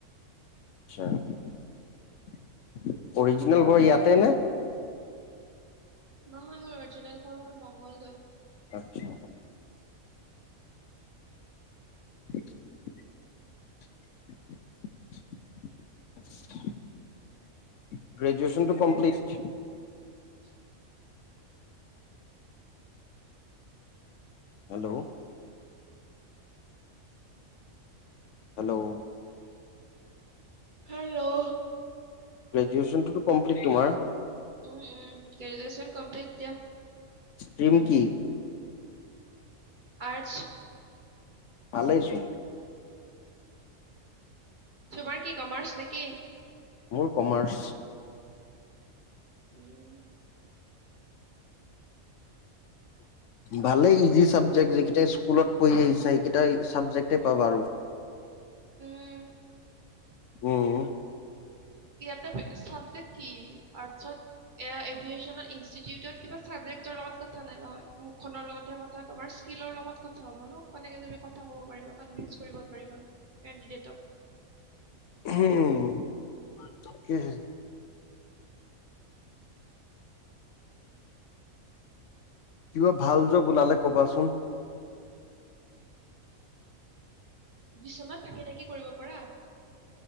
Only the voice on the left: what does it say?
আচ্ছা অৰিজিনেল ঘৰ ইয়াতে নে
আচ্ছা। <inaudible> গ্ৰেজ গ্ৰেজুৱেছনটো কপ্লিট
হেল্ল'! হেল্ল'
গ্ৰেজুৱেচনটোতো কমপ্লিট তোমাৰ
ষ্ট্ৰম কি
ভালেই চোন
মোৰ কমাৰ্চ।
ভালেই ইজি চাবজেক্ট যিকেইটাই স্কুলত পঢ়ি আহিছা এইকেইটাই চাবজেক্টেই পাবা আৰু
উম
উম তাকেহে। কিবা ভাল যব ওলালে কবাচোন